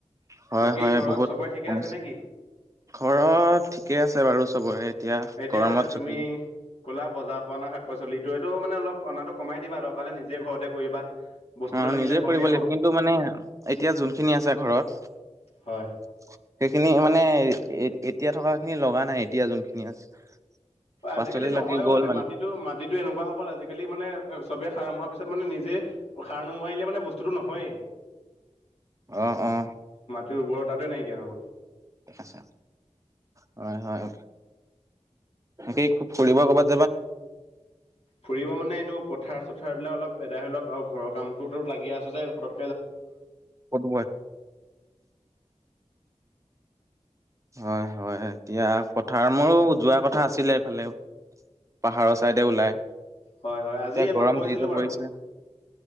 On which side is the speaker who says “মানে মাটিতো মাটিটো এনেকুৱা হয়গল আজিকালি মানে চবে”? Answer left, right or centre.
Left